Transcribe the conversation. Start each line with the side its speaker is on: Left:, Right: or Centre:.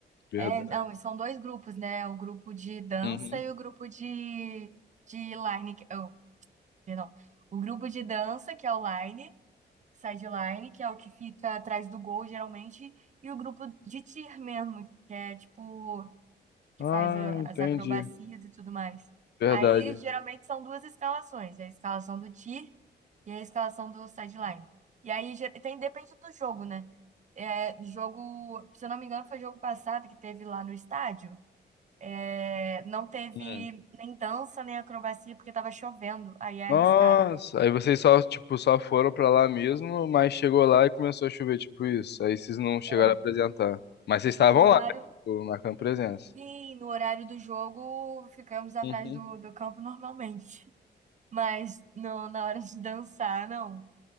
Left: Verdade.
Right: É, não, e são dois grupos, né? O grupo de dança
Left: Uhum.
Right: e o grupo de, de line. que- Oh, perdão. O grupo de dança, que é o line, sideline, que é o que fica atrás do gol, geralmente, e o grupo de tir mesmo, que é tipo. que
Left: Ah,
Right: faz a-
Left: entendi.
Right: as acrobacias e tudo mais.
Left: Verdade.
Right: Aí, geralmente, são duas escalações, a escalação do tier e a escalação do sideline. E aí, ge- tem, depende do jogo, né? É, jogo, se eu não me engano, foi jogo passado que teve lá no estádio. É, não teve
Left: Hum.
Right: nem dança, nem acrobacia, porque tava chovendo, aí é arriscado.
Left: Nossa, aí vocês só, tipo, só foram pra lá mesmo, mas chegou lá e começou a chover, tipo isso. Aí vocês não chegaram
Right: É,
Left: a apresentar. Mas vocês estavam
Right: no horário,
Left: lá, né? Tipo, marcando presença.
Right: sim, no horário do jogo, ficamos atrás
Left: Uhum.
Right: do, do campo normalmente. Mas não, na hora de dançar, não.